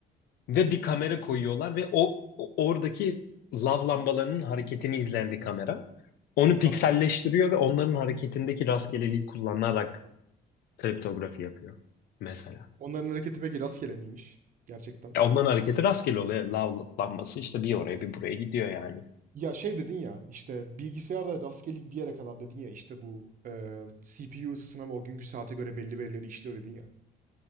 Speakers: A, on the left (about 70°); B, on the right (about 50°).
A: ve bir kamera koyuyorlar ve o o- oradaki lav lambalarının hareketini izleyen bir kamera. Onu pikselleştiriyor
B: Tamam.
A: ve onların hareketindeki rastgeleliği kullanarak kriptografi yapıyor mesela.
B: Onların hareketi peki rastgele miymiş? Gerçekten.
A: Ya ondan hareketi rastgele oluyor. Lavlanması işte bir oraya bir buraya gidiyor yani.
B: Ya şey dedin ya işte bilgisayarda rastgelelik bir yere kadar dedin ya işte bu eee, CPU ısısına ve o günkü saate göre belli verileri işliyor dedin ya.